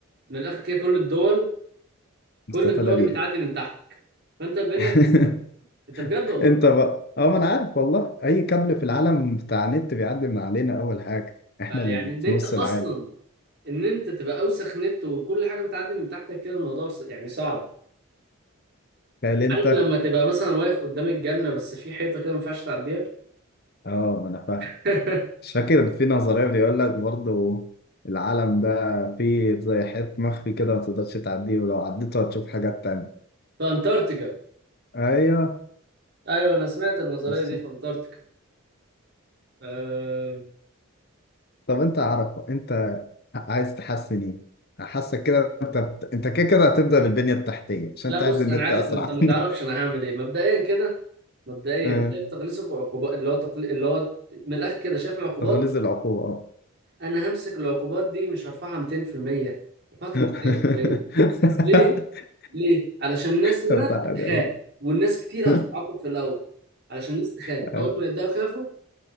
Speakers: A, on the right; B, on the left.
A: من الآخر كده كل الدول كل
B: مستفاده
A: الدول
B: بيها
A: بتعدي من تحتك فانت البنيه
B: <laughs>
A: انت بجد والله
B: انت بقى اه ما انا عارف والله اي كابل في العالم بتاع نت بيعدي من علينا اول حاجه احنا
A: فيعني
B: اللي
A: ان
B: في
A: انت
B: نص
A: اصلا
B: العالم
A: ان انت تبقى اوسخ نت وكل حاجه بتعدي من تحتك كده الموضوع ص- يعني صعب
B: تخيل انت
A: عارف لما تبقى مثلا واقف قدام الجنه بس في حيطه كده ما ينفعش تعديها
B: اه ما انا فاهم
A: <laughs>
B: مش فاكر في نظريه بيقول لك برضه العالم ده فيه زي حيط مخفي كده ما تقدرش تعديه ولو عديته هتشوف حاجات تانية
A: في انتاركتيكا
B: ايوه
A: ايوه انا سمعت النظريه
B: بالظبط
A: دي في انتاركتيكا أه...
B: طب انت عارف انت عايز تحسن ايه؟ حاسك كده انت بت- انت كده كده هتبدأ بالبنية التحتية عشان
A: لا
B: انت
A: بص
B: عايز النت
A: انا عارف
B: اسرع
A: إن انت ما
B: <laughs>
A: تعرفش انا هعمل ايه مبدئيا كده مبدئيا
B: اه،
A: شايف تقليص العقوبات اللي هو تقل... اللي هو من الاخر كده شايف العقوبات
B: تخليص العقوبة اه
A: انا همسك العقوبات دي مش هرفعها 200% رفعها 300%
B: <laughs>
A: ليه؟ ليه؟ علشان الناس هنا
B: طب تعالى
A: تخاف والناس كتير
B: يعني.
A: هتتعاقب في الأول علشان الناس تخاف
B: اه،
A: أول ما يبدأوا يخافوا